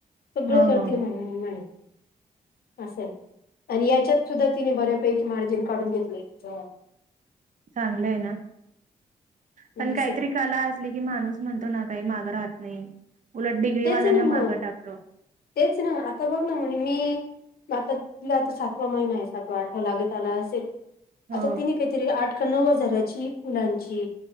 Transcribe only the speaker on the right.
हो
हो
हो
चांगल आहे ना पण
काहीतरी.
कला असली की माणूस म्हणतो ना काही माग राहत नाही उलट डिग्री
वाल्यांना
माग टाकतो.
हो